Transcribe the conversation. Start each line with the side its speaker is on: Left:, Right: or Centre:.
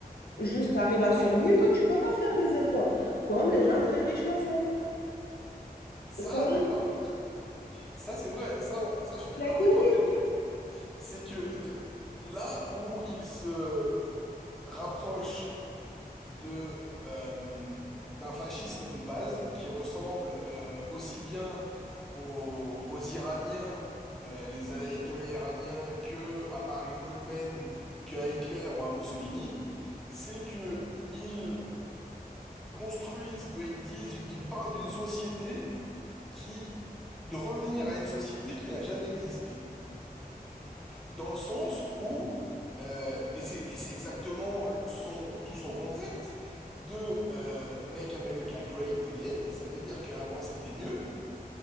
Left: juste tu arrives à survivre, tu peux pas faire des efforts, comme les gens très riches le font.
Centre: Ça,
Left: Et ça,
Centre: d'accord. Ça, c'est vrai. Ça, on- ça, je suis d'accord
Left: il a été
Centre: avec toi.
Left: oui,
Centre: Et le truc, c'est que l- là où ils se rapprochent de euh, d'un fascisme de base qui ressemble euh, aussi bien aux, aux Iraniens, euh, les ayatollahs iraniens, que à Marine Le Pen, que à Hitler ou à Mussolini, c'est que ils construisent, euh, ils disent, ils parlent d'une société qui de revenir à une société qui n'a jamais existé dans le sens où, euh, et c'est et c'est exactement son, tout son concept de euh, Make America Great Again, ça veut dire qu'avant c'était mieux,